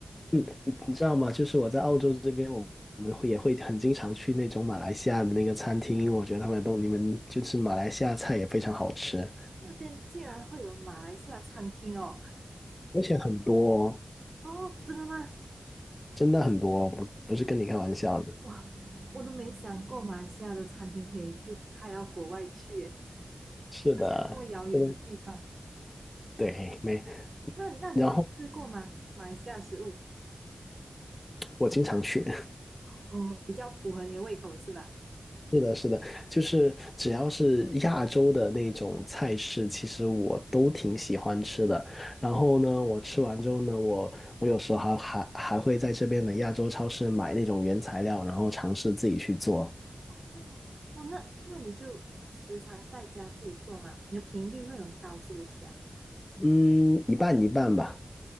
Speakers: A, on the left; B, on the right.
A: 嗯，你知道吗？就是我在澳洲这边，我我们会也会很经常去那种马来西亚的那个餐厅，因为我觉得他们都你们就是马来西亚菜也非常好吃，
B: 那边竟然会有马来西亚餐厅哦！
A: 而且很多哦，
B: 哦，真的吗？
A: 真的很多哦，不不是跟你开玩笑的。
B: 哇，我都没想过马来西亚的餐厅可以就开到国外去耶
A: 是的，
B: 而且还这么遥远的地方。
A: 对对，没。
B: 那那你有试过吗？
A: 然后
B: 马来西亚食物
A: 我经常去，
B: 哦，比较符合你的胃口是吧？
A: 是的，是的，就是只要是亚洲的那种菜式，其实我都挺喜欢吃的。然后呢，我吃完之后呢，我我有时候还还还会在这边的亚洲超市买那种原材料，然后尝试自己去做。
B: 哦哦，那那你就时常在家自己做嘛，你的频率会很高是不是啊？
A: 嗯，一半一半吧。